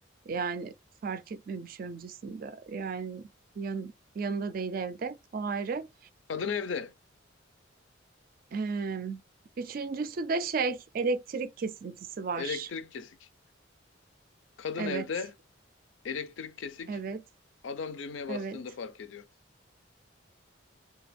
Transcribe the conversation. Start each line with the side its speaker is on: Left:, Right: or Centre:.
Right: Yani fark etmemiş öncesinde. Yani yan, yanında değil evde. O ayrı.
Left: Kadın evde.
Right: E, üçüncüsü de şey elektrik kesintisi var.
Left: Elektrik kesik. Kadın
Right: Evet.
Left: evde. Elektrik kesik.
Right: Evet.
Left: Adam düğmeye
Right: Evet.
Left: bastığında fark ediyor.